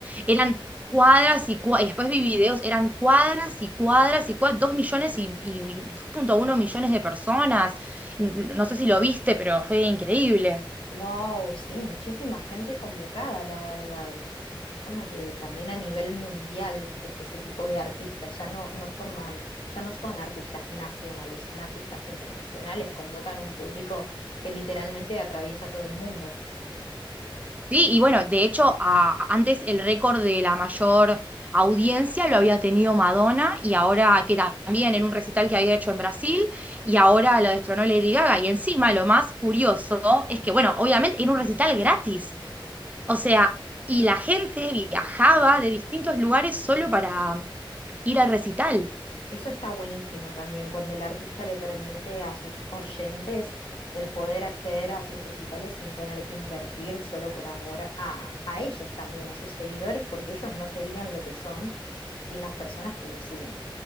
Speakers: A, on the right; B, on the left.
A: eran cuadras y, cua- y después vi videos, eran cuadras y cuadras y cuadras, dos millones y, y dos punto uno millones de personas, no sé si lo viste, pero fue increíble.
B: Wow, sí, muchísima gente convocada, la verdad. Es como que también a nivel mundial es ese tipo de artistas, ya no, no forman, ya no son artistas nacionales, son artistas internacionales, convocan un público que literalmente atraviesa todo el mundo.
A: Sí, y bueno, de hecho, a- antes el récord de la mayor audiencia lo había tenido Madonna y ahora que también en un recital que había hecho en Brasil y ahora lo destronó Lady Gaga. Y encima lo más curioso es que, bueno, obviamente era un recital gratis. O sea, y la gente viajaba de distintos lugares solo para ir al recital.
B: Eso está buenísimo también, cuando el artista le permite a sus oyentes el poder acceder a sus recitales sin tener que invertir solo por amor a, a ellos también, a sus seguidores, porque ellos no serían lo que son sin las personas que los siguen.